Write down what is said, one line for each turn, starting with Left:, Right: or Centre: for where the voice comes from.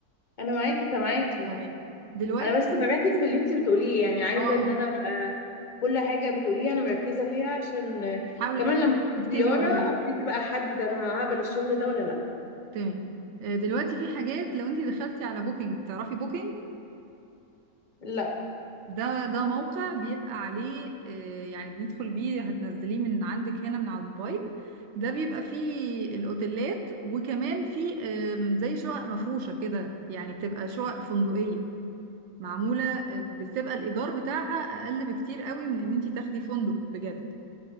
Left: انا معاكي سامعاكي
Right: تمام دلوقتي
Left: انا بس بركز في اللي انتي بتقوليه يعني عايزة
Right: اه
Left: ان
Right: اه
Left: انا ابقى كل حاجة بتقوليها أنا مركزة فيها عشان آه،
Right: حاول
Left: كمان لما أروح
Right: اكتبي
Left: زيارة
Right: ورايا
Left: أبتدي بقى أحدد أنا هقبل الشغل ده ولا لأ
Right: تمام آه، دلوقتي في حاجات لو انتي دخلتي على بوكينج تعرفي بوكينج
Left: لأ
Right: ده ده موقع بيبقى عليه آه، يعني بندخل بيه هتنزليه من عندك هنا من على الموبايل ده بيبقى فيه الأوتيلات وكمان فيه آم، زي شقق مفروشة كده يعني بتبقى شقق فندقية معمولة آه، بتبقى الإيجار بتاعها أقل بكتير قوي من إن انت تاخدي فندق بجد